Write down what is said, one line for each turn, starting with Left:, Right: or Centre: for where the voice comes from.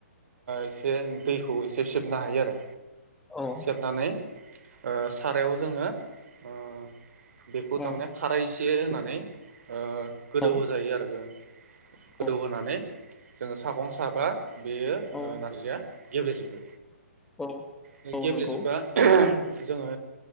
Right: एसे दैखौ एसे सेबनो हायो आरो
Centre: औ
Right: सेबनानै ओ सारायाव जोङो ओ बेखौ थारमाने
Centre: औ
Right: फारै से होनानै ओ गोदौ
Centre: औ
Right: होजायो आरो <unintelligible> गोदौ
Centre: औ
Right: होनानै जोङो सागं साबा बेयो ओ
Centre: औ
Right: नारजिया गेब्लेजोबो
Centre: औ
Right: बे
Centre: औ
Right: गेब्लेेजोबा
Centre: नंगौ
Right: ओ जोङो